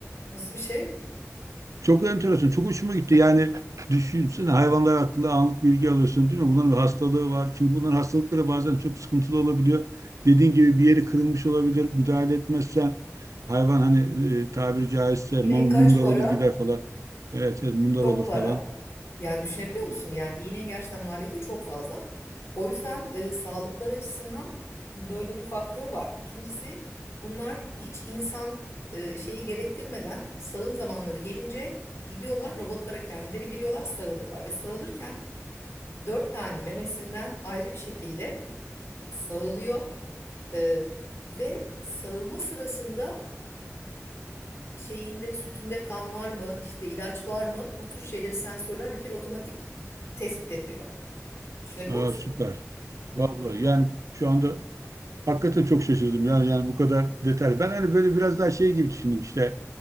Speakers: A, on the left (about 55°); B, on the right (about 70°).
A: nasıl bir şey?
B: Çok enteresan, çok hoşuma gitti. Yani düşünsene hayvanlar hakkında anlık bilgi alıyorsun değil mi? Bunların hastalığı var. Çünkü bunların hastalıkları bazen çok sıkıntılı olabiliyor. Dediğin gibi bir yeri kırılmış olabilir. Müdahale etmezsen hayvan hani e, tabiri caizse
A: Bir
B: mum-
A: İnek kaç
B: mundar
A: para?
B: olur gider falan. Evet, evet mundar
A: Çok
B: olur
A: para.
B: falan.
A: Yani düşünebiliyor musun? Yani bir iğnenin gerçekten maliyeti çok fazla. O yüzden e, sağlıkları açısından böyle bir faktör var. İkincisi bunlar hiç insan e, şeyi gerektirmeden sağım zamanları gelince gidiyorlar robotlara kendileri giriyorlar sağılıyorlar. Ve sağılırken dört tane memesinden ayrı bir şekilde sağılıyor. E, ve sağılma sırasında şeyinde sütünde kan var mı işte ilaç var mı bu tür şeyleri sensörler bir kere otomatik tespit ediyor. Düşünebiliyor
B: Aa,
A: musun?
B: süper. Vallahi
A: Yani
B: yani şu anda Hakikaten çok şaşırdım ya yani bu kadar detay. Ben hani böyle biraz daha şey gibi düşündüm işte